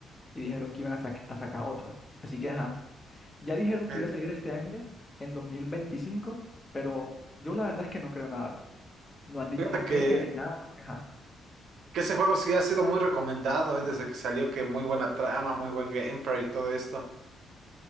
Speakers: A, on the left; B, on the right.
A: y dijeron que iban a, sac- a sacar otro. Así que, ajá, ya dijeron que
B: Eh,
A: iba a salir este año, en 2025, pero yo la verdad es que no creo nada. No han dicho
B: Fíjate
A: una fecha
B: que
A: ni nada. así que, Ajá.
B: Que ese juego sí ha sido muy recomendado, eh, desde que salió, que muy buena trama, muy buen gameplay y todo esto.